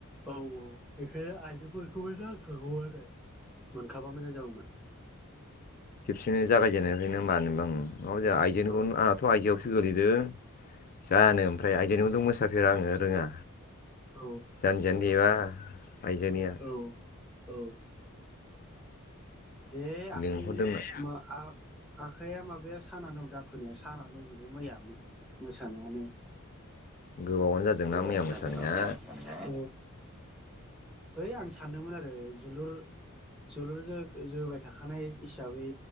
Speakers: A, in the centre; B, on the left.
A: औ औ बेखायनो आइजोफोरखौबो नांखागौ आरो। मोनखाबा मोजां जागौमोन।
B: बिदिनो जागायजेननायनिफ्रायनो मानो बांनो मावजाया आइजोनिखौनो
A: औ
B: आंनाथ' आइजोआवसो। गोलैदो। जानो ओमफ्राय आइजोनिखौथ मोसा बेर आङो रोङा।
A: औ
B: जानजियानो देबा आइजोनिया
A: औ औ। हे आखाय
B: लिंहरदोंमोन
A: मा आ आखाइया माबाया साना दं दाफोनाया साना दंजो मैया जानायानो
B: गोबावानो जादोंना
A: गोबावानो
B: मैया मोसानाया
A: जादोंना मैया मोसानाया औ है ओइ आं सानदोंमोन आरो जोलुर जोलुरजों जोबाय थाखानाय हिसाबै